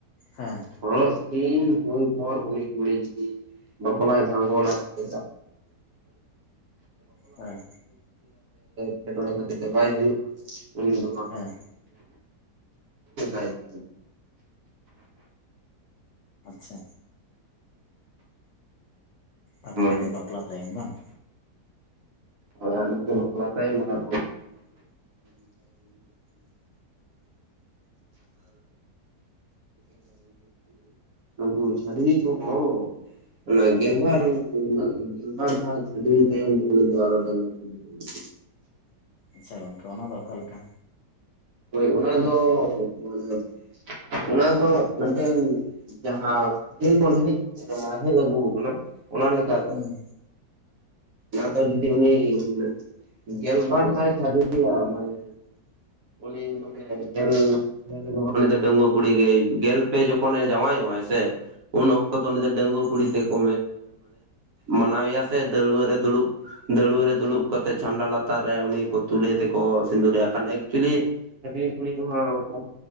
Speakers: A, on the left; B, on the right.
A: ᱦᱮᱸ
B: ᱦᱚᱨᱚᱜ ᱪᱤᱱ ᱦᱳᱭ ᱯᱚᱨ <inaudible> ᱠᱩᱲᱤ ᱡᱩᱫᱤ ᱵᱟᱯᱞᱟᱭ ᱵᱷᱟᱜᱚᱲᱟ <inaudible> <inaudible>
A: ᱦᱮᱸ
B: ᱮᱴᱠᱮᱴᱚᱬᱮ ᱠᱷᱟᱹᱛᱤᱨ ᱛᱮ ᱵᱟᱭ ᱦᱩᱭᱩᱜ
A: ᱦᱮᱸ
B: ᱟ <unintelligible> <inaudible>
A: ᱟᱪᱪᱷᱟ ᱟᱨ ᱢᱤᱫᱴᱤᱡ
B: ᱦᱳᱭ
A: ᱫᱚ ᱵᱟᱯᱞᱟ ᱛᱟᱭᱚᱢ ᱵᱟᱝ
B: ᱦᱚᱭ ᱟᱨ ᱢᱤᱫᱴᱤᱡ ᱵᱟᱯᱞᱟ ᱛᱟᱭᱚᱢ <inaudible> ᱟᱨ <inaudible> ᱩᱱᱠᱩ ᱪᱷᱟᱰᱵᱤ ᱠᱚᱦᱚᱸ ᱚᱱᱟ ᱜᱮᱞ ᱵᱟᱨ <inaudible> ᱜᱮᱞ ᱵᱟᱨ ᱫᱷᱟᱣ ᱪᱷᱟᱰᱵᱤ ᱛᱟᱭᱚᱢ <inaudible>
A: ᱟᱪᱪᱷᱟ ᱜᱚᱝᱠᱮ ᱚᱱᱟ ᱫᱚ ᱚᱠᱟ ᱞᱮᱠᱟ
B: ᱦᱳᱭ ᱚᱱᱟ ᱫᱚ <unintelligible> ᱢᱟᱱᱮ ᱚᱱᱟ ᱫᱚ ᱢᱮᱜᱴᱮᱝ ᱡᱟᱦᱟᱸ ᱯᱟᱹᱦᱤᱞ ᱠᱷᱚᱱ ᱦᱮᱡ ᱠᱟᱱᱟ ᱦᱮᱡ ᱟᱹᱜᱩ ᱟᱠᱟᱱᱟ ᱚᱱᱟ ᱞᱮᱠᱟᱛᱮ
A: ᱦᱩᱸ
B: ᱫᱚ ᱡᱩᱫᱤ ᱩᱱᱤ ᱢᱟᱱᱮ ᱜᱮᱞ ᱵᱟᱨ ᱫᱷᱟᱭ ᱮ ᱪᱷᱟᱰᱣᱤᱜᱼᱟ ᱢᱟᱱᱮ ᱩᱱᱤ <inaudible> <inaudible> ᱩᱱᱤ ᱫᱚ ᱰᱟᱹᱝᱜᱩᱣᱟᱹ ᱠᱩᱲᱤ ᱜᱮ ᱜᱮᱞ ᱯᱮ ᱡᱚᱠᱷᱚᱱᱮ ᱡᱟᱶᱟᱭᱚᱜ ᱟᱭ ᱥᱮ ᱩᱱ ᱚᱠᱛᱚ ᱫᱚ ᱩᱱᱤ ᱫᱚ ᱰᱟᱹᱝᱜᱩᱭᱟᱹ ᱠᱩᱲᱤ
A: ᱦᱩᱸ
B: ᱛᱮᱠᱚ
A: ᱦᱩᱸ
B: ᱢᱟᱱᱟᱣᱮᱭᱟ ᱥᱮ ᱫᱟᱹᱣᱲᱟᱹ ᱨᱮ ᱫᱩᱲᱩᱵ ᱫᱟᱹᱣᱲᱟᱹ ᱨᱮ ᱫᱩᱲᱩᱵ ᱠᱟᱛᱮ ᱪᱷᱟᱢᱰᱟ ᱞᱟᱛᱟᱨ ᱨᱮ ᱩᱱᱤ ᱠᱚ ᱛᱩᱞᱮ ᱛᱮᱠᱚ ᱥᱤᱸᱫᱩ ᱨᱟᱭᱟ ᱛᱟᱦᱞᱮ ᱮᱠᱪᱩᱭᱮᱞᱤ ᱪᱷᱟᱹᱰᱵᱤ ᱠᱩᱲᱤ ᱠᱚ ᱦᱚᱸ